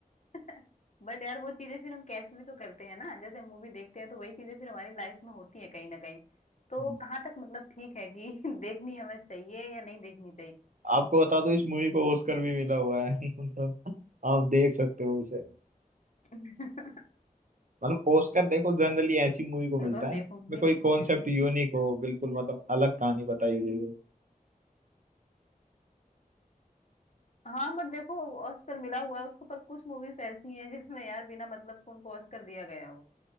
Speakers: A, on the left; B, on the right.
A: <laughs> बट यार वो चीजें फिर हम कैच भी तो करते हैं ना जैसे मूवी देखते हैं तो वही चीजें फिर हमारी लाइफ में होती है कहीं ना कहीं तो
B: है
A: कहाँ तक मतलब ठीक है कि <laughs> देखनी हमें चाहिए या नहीं देखनी
B: आपको बता दूं इस मूवी को ऑस्कर भी मिला हुआ है <laughs> तो आप देख सकते हो इसे
A: चाहिए <laughs>
B: मतलब ऑस्कर देखो जनरली ऐसी मूवी को मिलता
A: चलो
B: है
A: देखूंगी
B: में
A: मैं
B: कोई
A: इस
B: कॉन्सेप्ट
A: मूवी को
B: यूनिक हो बिल्कुल मतलब अलग कहानी बताई गई हो
A: हाँ बट देखो ऑस्कर मिला हुआ है उसके पर कुछ मूवीज ऐसी हैं जिसमें यार बिना मतलब को उनको ऑस्कर दिया गया हो